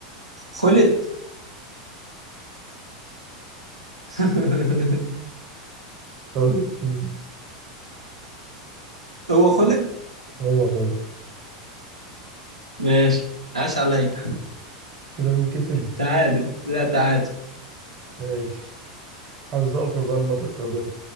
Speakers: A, on the right; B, on the right.
A: خلت <laughs>
B: خالد مم.
A: هو خلت
B: هو خالد
A: ماشي عاش عليا
B: كده مين كسب؟
A: تعادل لا تعادل
B: ماشي حظ أوفر بقى المرة القادمة